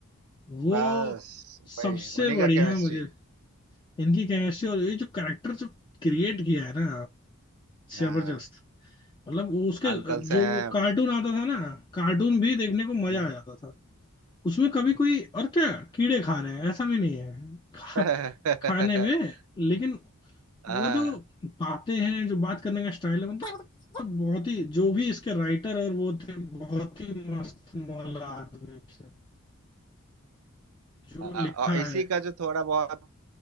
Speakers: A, on the left (about 20°); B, on the right (about 85°).
A: वो
B: बस
A: सबसे
B: भाई उन्हीं
A: बढ़िया
B: का केमिस्ट्री
A: मुझे इनकी केमिस्ट्री और ये जो कैरेक्टर जो क्रिएट किया है ना जबरदस्त
B: हाँ
A: मतलब वो उसके
B: Uncle
A: जो
B: Sam
A: वो कार्टून आता था ना कार्टून भी देखने को मजा
B: हम्म।
A: आ जाता था उसमें कभी कोई और क्या कीड़े खा रहे हैं ऐसा भी नहीं है खा,
B: <laughs>
A: खाने में लेकिन
B: हाँ
A: वो जो बातें हैं जो बात करने का स्टाइल है मतलब बहुत ही जो भी इसके राइटर और वो थे बहुत ही मस्त मौला आदमी थे जो
B: हाँ,
A: लिखा
B: और इसी
A: है
B: का जो थोड़ा बहुत